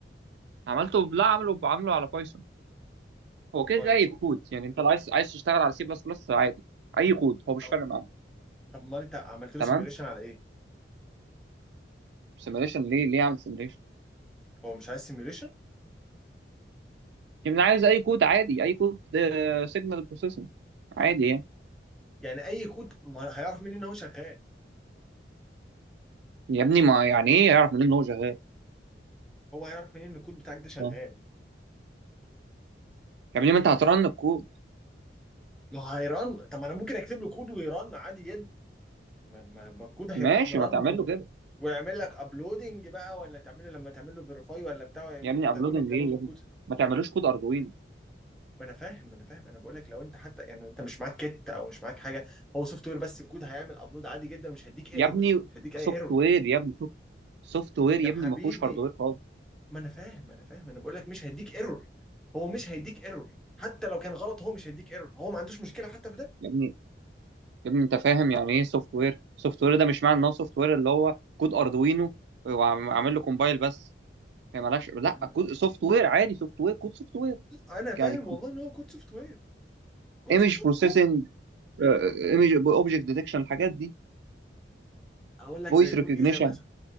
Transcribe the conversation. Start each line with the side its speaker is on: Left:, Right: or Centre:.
Right: عملته لا عمله بعمله على بايثون هو كده
Centre: كويس
Right: كده اي
Centre: والله.
Right: كود يعني انت لو عايز عايز تشتغل على سي بلس بلس عادي اي كود هو مش
Centre: طب
Right: فارق معاه
Centre: طب امال انت عملت له
Right: تمام
Centre: سيميوليشن على ايه
Right: سيميليشن ليه ليه اعمل سيميليشن
Centre: هو مش عايز سيميوليشن
Right: يعني أنا عايز اي كود عادي اي كود سيجنال بروسيسنج عادي يعني
Centre: يعني اي كود ما هيعرف منين ان هو شغال
Right: يا ابني ما يعني ايه يعرف منين ان هو شغال
Centre: هو هيعرف منين ان الكود بتاعك ده شغال
Right: آه. يا ابني ما انت هترن الكود
Centre: ما هو هيرن طب ما انا ممكن اكتب له كود ويرن عادي جدا ما ما- ما الكود هيبقى
Right: ماشي
Centre: مرن
Right: ما تعمل
Centre: و...
Right: له كده
Centre: ويعمل لك ابلودنج بقى ولا تعمل لما تعمل له فيريفاي ولا بتاع ويبقى
Right: يا ابني ابلودنج
Centre: تمام التمام
Right: ايه
Centre: والكود
Right: يا ابني ما تعملوش كود اردوينو
Centre: ما انا فاهم ما انا فاهم انا بقول لك لو انت حتى يعني انت مش معاك كت او مش معاك حاجه هو سوفت وير بس الكود هيعمل ابلود عادي جدا مش هيديك ايرورز
Right: يا ابني
Centre: مش هيديك اي
Right: سوفت
Centre: ايرور
Right: وير يا ابني سوفت وير
Centre: يا
Right: يا
Centre: حبيبي
Right: ابني ما فيهوش هاردوير خالص
Centre: ما انا فاهم انا فاهم انا بقول لك مش هيديك ايرور هو مش هيديك ايرور حتى لو كان غلط هو مش هيديك ايرور هو ما عندوش مشكله حتى في ده
Right: يا ابني يا ابني انت فاهم يعني ايه سوفت وير سوفت وير ده مش معنى ان هو سوفت وير اللي هو كود اردوينو وعامل له كومبايل بس هي مالهاش لا
Centre: يا عم
Right: كود سوفت وير عادي سوفت وير كود سوفت وير
Centre: انا فاهم
Right: يعني
Centre: والله ان هو كود سوفت وير كود
Right: ايمج
Centre: سوفت وير
Right: بروسيسنج
Centre: كود
Right: ايمج اوبجكت ديتكشن الحاجات دي
Centre: اقول لك
Right: فويس
Centre: زي كود
Right: ريكوجنيشن
Centre: ايه زي مثلا